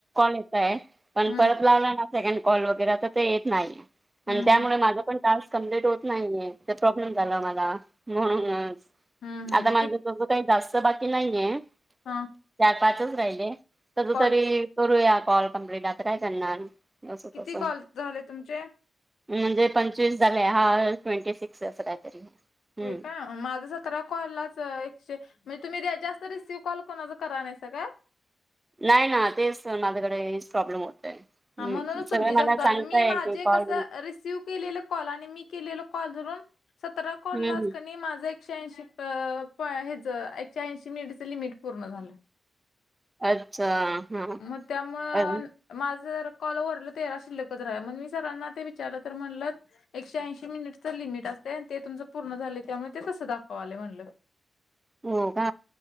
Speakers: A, on the right; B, on the left.
A: येता आहे पण
B: हम्म
A: परत लावला ना सेकंड कॉल वगैरे, तर ते येत नाही. आणि
B: हम्म
A: त्यामुळे माझं पण टास्क कंप्लीट होत नाहीये, तर प्रॉब्लेम झाला मला म्हणूनच.
B: हम्म हम्म
A: आता माझं
B: कि
A: तसं काही जास्त बाकी नाहीये.
B: हा
A: चार-पाचच राहिले. कध
B: कॉल
A: तरी - करूया कॉल कंम्प्लीट. आता काय करणार? असं
B: किती
A: तसं
B: कॉल झाले, तुमचे?
A: म्हणजे पंचवीस झालं, हा ट्वेंटी-सिक्स अस काहीतरी.
B: <unintelligible>
A: हम्म
B: <unintelligible>
A: नाही ना, तेच त माझ्याकडेच प्रॉब्लेम होतय. हम्म
B: हा, म्हणूनच तुमची
A: सगळे
B: जास्त
A: मला
B: आली.
A: सांगताय
B: मी माझे
A: की कॉल
B: कस रिसिव - <unintelligible>
A: हम्म हम्म
B: एकशे ऐंशीच प, ह्याच एकशे ऐंशी मिनटच लिमिट पूर्ण झालं.
A: अच्छा! हा
B: मग त्यामुळं
A: अ
B: - माझं कॉल रलं तेरा शिल्लकत मग मी सरांना ते विचारलं तर म्हणलं. एकशे ऐंशी मिनिटचं लिमिट असते आणि ते तुमचं पूर्ण झाले त्यामुळे ते तसं दाखव आले म्हटलं.
A: हो का